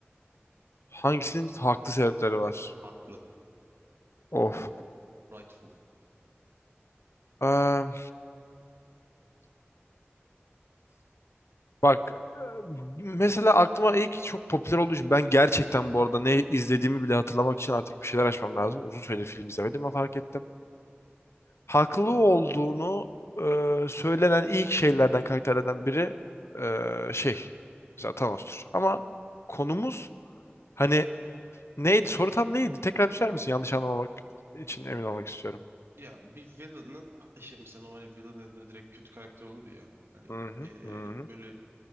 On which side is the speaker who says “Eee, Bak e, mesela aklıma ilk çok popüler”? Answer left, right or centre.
Left